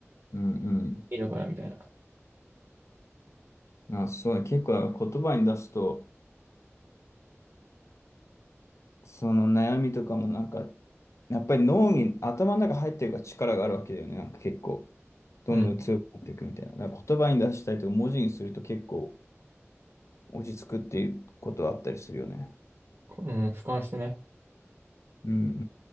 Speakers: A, on the left (about 70°); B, on the right (about 50°).
A: うん、うん。
B: いいのかなみたいな。
A: まあ、そうだ、結構言葉に出すと、その悩みとかもなんか、やっぱり脳に、頭の中入ってるから力があるわけだよね。なんか結構、どんどん強くなっていくみたいな。
B: うん、
A: だから言葉に出したりとか、文字にすると結構落ち着くっていうことはあったりするよね。
B: うん、俯瞰してね。
A: うん、うん、う